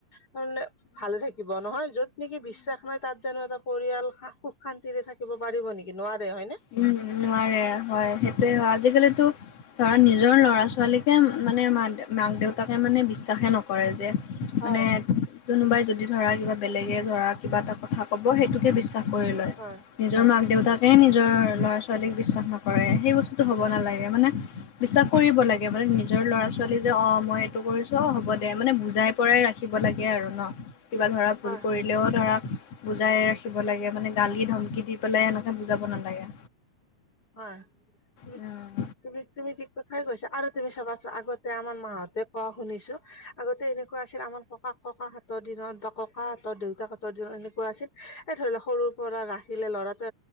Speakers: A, on the left (about 30°); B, on the left (about 55°).
A: তাৰনে ভালে থাকি- থাকিব নহয় য'ত নেকি বিশ্বাস নাই তাত জানো এটা পৰিয়াল সুখ-শান্তিৰে থাকিব পাৰিব নেকি? নোৱাৰে- হয়নে?
B: উম নোৱাৰে হয় সেইটোয়ে হয় আজিকালিতো ধৰা নিজৰ ল'ৰা ছোৱালীকে মানে মা মাক-দেউতাকে মানে বিশ্বাসে নক- কৰে যে-
A: হয়
B: মানে কোনোবাই যদি ধৰা কিবা বেলেগে ধৰা কিবা এটা কথা কব সেইটোকে বিশ্বাস কৰি লয়।
A: হয়।
B: নিজৰ মাক-দেউতাকে নিজৰ ল'ৰা-ছ ছোৱালীক বিশ্বাস নকৰে সেই বস্তুতো হ'ব নালাগে মানে- বিশ্বাস কৰিব লাগে মানে নিজৰ ল'ৰা-ছোৱালী যে অঁ মই এইটো কৰিছো অ হ'ব দে- মানে বুজাই পৰাই ৰাখিব লাগে আৰু ন? কিবা ধৰা ভুল
A: হয়
B: কৰিলেও
A: হয়।
B: ধৰা বুজাই ৰাখিব লাগে মানে গালি-ধমকি দি পেলাই এনেকে বুজাব নালাগে।
A: হয়। উ
B: উম।
A: তুমি তুমি ঠিক কথাই কৈছা আৰু তুমি চাবাচো- আগতে আমাৰ মাহঁতে কোৱা শুনিছো আগতে এনেকুৱা আছিল আমাৰ ককাক ককাহঁতৰ দিনত বা ককাহঁতৰ, দেউতাকহতৰ দিনত এনেকুৱা আছিল- এ ধৰি লক সৰুৰ পৰা ৰাখিলে ল'ৰাটো